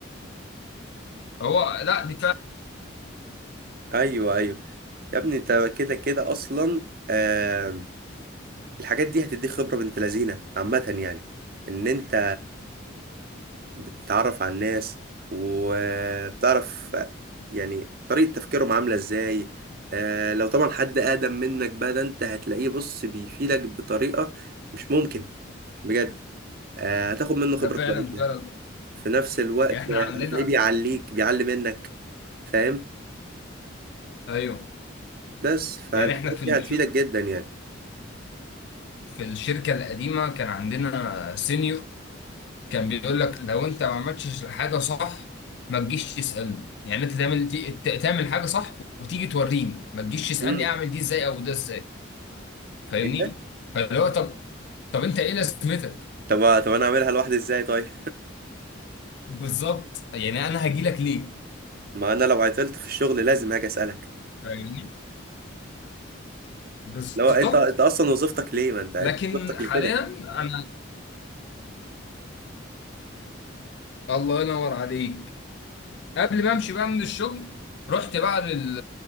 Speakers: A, on the left; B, on the right.
A: هو لا دي فعلا
B: ايوه ايوه يا ابني انت كده كده اصلا آه الحاجات دي هتديك خبره بنت لذينه عامه يعني ان انت بتتعرف على الناس وبتعرف يعني طريقة تفكيرهم عاملة ازاي آه، لو طبعا حد أقدم منك بقى ده انت هتلاقيه بص بيفيدك بطريقة مش ممكن بجد آه، هتاخد منه خبرة
A: ده فعلا
B: كويسة
A: فعلا
B: في نفس الوقت
A: يعني احنا
B: آه،
A: عندنا
B: هتلاقيه بيعليك بيعلي منك فاهم
A: ايوه
B: بس فالحاجات
A: يعني احنا في
B: دي
A: الش...
B: هتفيدك جدا يعني
A: في الشركه القديمه كان عندنا سينيور كان بيقول لك لو انت ما عملتش الحاجه صح ما تجيش تسالني يعني انت تعمل ت- ت- تعمل حاجه صح وتيجي توريني ما تجيش تسالني
B: امم
A: اعمل دي ازاي او ده ازاي فاهمني
B: ايه ده
A: فاللي هو طب طب انت ايه لازمتك
B: طب طب انا اعملها لوحدي ازاي طيب
A: بالظبط يعني انا هاجي لك ليه
B: <laughs> ما انا لو عطلت في الشغل لازم هاجي اسالك
A: فاهمني بالظبط
B: لو انت انت اصلا وظيفتك ليه ما انت أنت
A: لكن
B: وظيفتك
A: حاليا
B: لكده
A: انا الله ينور عليك قبل ما امشي بقى من الشغل رحت بقى لل...